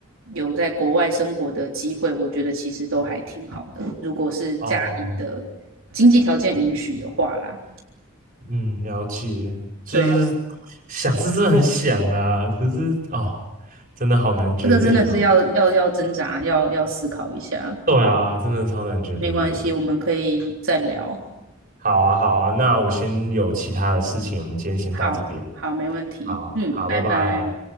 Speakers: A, on the right; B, on the right.
A: 有在国外生活的机会，我觉得其实都还挺好的。如果是家里的经济条件允许的话啦，
B: 哦，嗯，了解，就是
A: 对啊，
B: 想是真的很想啦，可是哦，真的好难决定哦，
A: 这个真的是要要要挣扎，要要思考一下。
B: 对啊，真的超难决定的。
A: 没关系，我们可以再聊。
B: 好啊，好啊，那我先有其他的事情，我们今天先到这边。
A: 好，好，没问题。
B: 好，
A: 嗯，
B: 好，
A: 拜拜。
B: 拜拜。